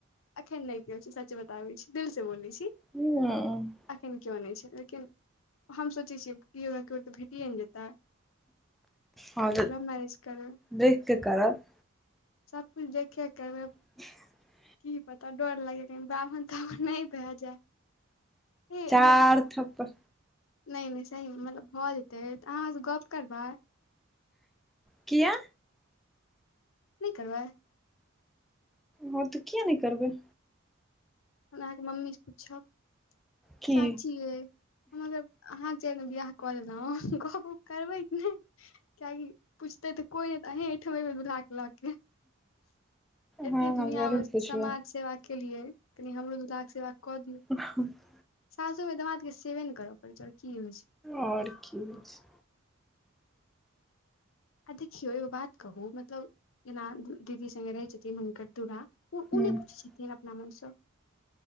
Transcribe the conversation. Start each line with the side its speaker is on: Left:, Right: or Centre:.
Left: अखन नहि के छै सच बताबै छी दिल से बोलै छै
Centre: ह
Left: अखन के नहि छै लेकिन हम सोचे छियै केओ मे केओ तऽ भेटिए ने जेतै त
Centre: हँ,
Left: पूरा मैरेज कर
Centre: देख के करब
Left: सभकछु देखिय कह
Centre: <inaudible>
Left: कि पता डर लागे कनि बाभन तन न भए जाय कि हम
Centre: चार थप्पड़
Left: नहि नहि सही मतलब भऽ जेतै तऽ अहाँ से गप करबै।
Centre: किया
Left: नहि करबै।
Centre: हँ तऽ किए नहि करबै।
Left: हम अहाँकेँ मम्मी से पूछब
Centre: की
Left: चाची ये हमगर अहा जाय बिय कल ग करबैत नहि कआकि पुछतै तऽ कोई ने त अही ठम बूलहा के लऽ के एते
Centre: हँ हँ
Left: दुनियामे
Centre: जरूर पुछबै
Left: समाज सेवाक केलियै कनि हमरो दामाद के सेवा कऽ दियौ
Centre: <inaudible>
Left: सासु मे दामाद के सेबे नहि करय पड़ैत छै और की होइ छै
Centre: आओर की हो छै
Left: देखियौ एगो बात कहू मतलब जेना दीदी सङ्गे रहै छथिन हुनकर दुरा ऊ
Centre: हूँ
Left: नहि पुछैत छथिन अपना मनसँ